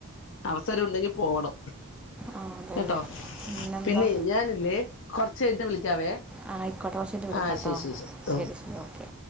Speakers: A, on the left; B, in the centre.
A: അവസരം ഉണ്ടെങ്കി പോകണം.
B: ആ അതന്നെ
A: കെട്ടോ,
B: പിന്നെന്താ
A: പിന്നേ ഞാനില്ലേ കുറച്ച് കഴിഞ്ഞിട്ട് വിളിക്കാവേ.
B: ആ ആയിക്കോട്ടെ, കുറചഞ്ഞിട്ട് വിളിക്കാട്ടോ,
A: ആ ശരി ശരി
B: ശരി
A: ഉം
B: ശരി ഓക്കെ.